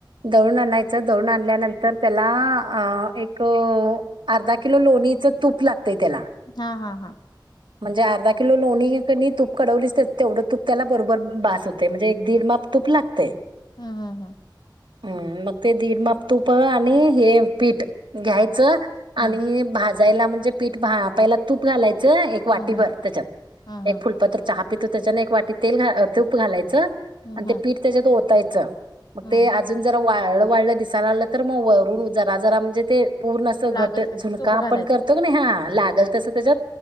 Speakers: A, on the right (about 80°); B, on the left (about 60°).
A: दळूण आणायचं दळूण आणल्यानंतर त्याला अ एक अर्धा किलो लोणीचं तूप लागतंय त्याला
B: हा हा हा
A: म्हणजे अर्धा किलो लोणी कनी तूप कडवलीच तेवढं तूप त्याला बरोबर बास होत. ते म्हणजे एक दीड माप तूप लागतेय.
B: हम हम हम
A: हम्म मग ते दीड माप तुप आणि हे पीठ घ्यायचं
B: हम्म
A: आणि भाजायला म्हणजे पीठ भा पहिला तूप घालायचं वाटी
B: हम्म
A: भर
B: हम्म
A: त्याच्यात
B: हम्म
A: एक फुलपत्र चहा पितो त्याच्याने एक वाटी तेल घा तूप घालायचं
B: हम्म
A: आणि
B: हम्म हम्म
A: ते पीठ त्याच्यात ओतायचं मग
B: हम्म
A: ते अजून जरा वाळ वाढलं दिसन आलं तर मग वरून जरा जरा म्हणजे ते पूर्ण असं
B: लागल
A: घट
B: तसं
A: झुणका
B: तूप
A: आपण
B: घालायचं
A: करतो का नाही हा लागल तस त्याच्यात.